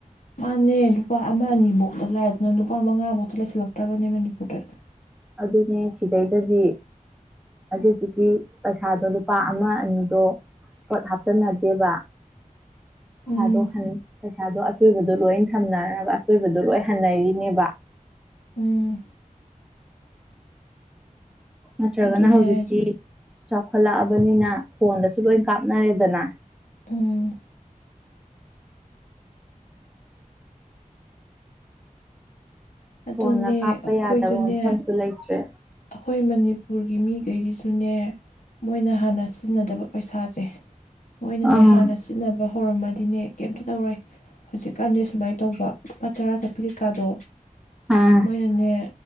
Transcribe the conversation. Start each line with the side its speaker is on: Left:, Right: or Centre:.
Left: ꯃꯥꯅꯦ ꯂꯨꯄꯥ ꯑꯃ ꯑꯅꯤꯕꯧ ꯑꯗ ꯂꯥꯏꯗꯅ ꯂꯨꯄꯥ ꯃꯉꯥꯃꯨꯛꯇ ꯂꯩꯁꯤꯜꯂꯛꯇ꯭ꯔꯕꯅꯦ ꯃꯅꯤꯄꯨꯔꯗ
Centre: ꯑꯗꯨꯅꯦ ꯁꯤꯗꯩꯗꯗꯤ ꯑꯗꯨꯗꯨꯒꯤ ꯄꯩꯁꯥꯗꯣ ꯂꯨꯄꯥ ꯑꯃ ꯑꯅꯤꯗꯣ ꯄꯣꯠ ꯍꯥꯞꯆꯤꯟꯅꯗꯦꯕ ꯄꯩꯁꯥꯗꯣ
Left: ꯎꯝ
Centre: ꯄꯩꯁꯥꯗꯣ ꯑꯆꯣꯏꯕꯗꯣ ꯂꯣꯏ ꯊꯝꯅꯔꯒ ꯑꯆꯣꯏꯕꯗꯣ ꯂꯣꯏ ꯍꯟꯅꯔꯤꯅꯦꯕ
Left: ꯎꯝ
Centre: ꯅꯠꯇ꯭ꯔꯒꯅ
Left: ꯑꯗꯨꯅꯦ
Centre: ꯍꯧꯖꯤꯛꯇꯤ
Left: ꯍꯥꯏꯁꯦ
Centre: ꯆꯥꯎꯈꯠꯂꯛꯑꯕꯅꯤꯅ ꯐꯣꯟꯗꯁꯨ ꯂꯣꯏ ꯀꯥꯞꯅꯔꯦꯗꯅ
Left: ꯎꯝ ꯑꯗꯨꯅꯦ
Centre: ꯐꯣꯟꯅ ꯀꯥꯞꯄ
Left: ꯑꯩꯈꯣꯏꯁꯨꯅꯦ
Centre: ꯌꯥꯗꯕ ꯃꯐꯝꯁꯨ ꯂꯩꯇ꯭ꯔꯦ
Left: ꯑꯩꯈꯣꯏ ꯃꯅꯤꯄꯨꯔꯒꯤ ꯃꯤꯒꯩꯁꯤꯁꯨꯅꯦ ꯃꯣꯏꯅ ꯍꯥꯟꯅ ꯁꯤꯖꯤꯟꯅꯗꯕ ꯄꯩꯁꯥꯁꯦ ꯃꯣꯏꯅꯅꯦ
Centre: ꯑꯥ
Left: ꯍꯥꯟꯅ ꯁꯤꯖꯤꯟꯅꯕ ꯍꯧꯔꯝꯃꯗꯤꯅꯦ ꯀꯩꯝꯇ ꯇꯧꯔꯣꯏ ꯍꯧꯖꯤꯛꯀꯥꯟꯗꯤ ꯁꯨꯃꯥꯏꯅ ꯇꯧꯕ ꯂꯨꯄꯥ ꯇꯔꯥ ꯆꯠꯄ ꯀꯩꯀꯥꯗꯣ
Centre: ꯑꯥ
Left: ꯃꯣꯏꯅꯅꯦ